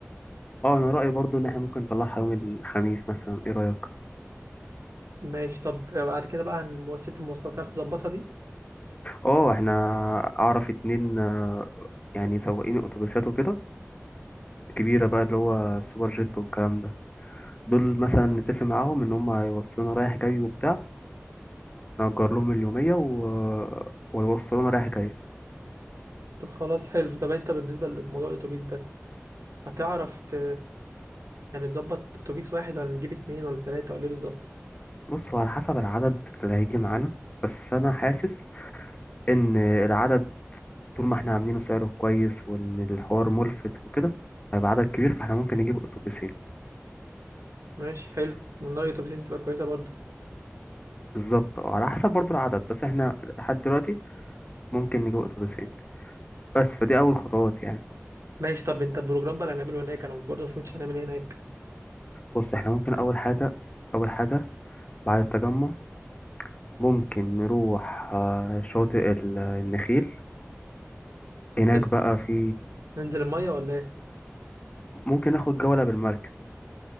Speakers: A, on the left; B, on the right.
A: اه أنا رأيي برضو إن احنا ممكن نطلعها يوم الخميس مثلا ايه رأيك؟
B: ماشي طب بعد كده بقى عن مؤسسة المواصلات هتعرف تظبطها دي
A: اه احنا أعرف اتنين آه، يعني سواقين أتوبيسات وكده كبيرة بقى اللي هو سوبر جيت والكلام ده دول مثلا نتفق معاهم إن هم هيوصلونا رايح جاي وبتاع نأجر لهم اليومية و... ويوصلونا رايح جاي
B: طب خلاص حلو طب انت بالنسبة لموضوع الأتوبيس ده هتعرف ت... يعني تظبط أتوبيس واحد ولا نجيب اتنين ولا تلاتة ولا ايه بالظبط
A: بص هو على حسب العدد اللي هيجي معانا بس أنا حاسس إن العدد طول ما احنا عاملينه سعره كويس وان الحوار ملفت وكده هيبقى عدد كبير فاحنا ممكن نجيب اتوبيسين
B: ماشي حلو من رأيي الأتوبيسين تبقى كويسة برضه
A: بالظبط اه على حسب برضو العدد بس احنا لحد دلوقتي ممكن نجيب اتوبيسين بس فدي اول خطوات يعني
B: ماشي طب انت البروجرام بقى اللي هنعمله هناك انا مش برضه مفهمتش هنعمل ايه هناك
A: بص احنا ممكن اول حاجة اول حاجة بعد التجمع ممكن نروح آه، شاطئ ال- النخيل هناك
B: حلو
A: بقى في
B: ننزل المية ولا ايه
A: ممكن ناخد جولة بالمركب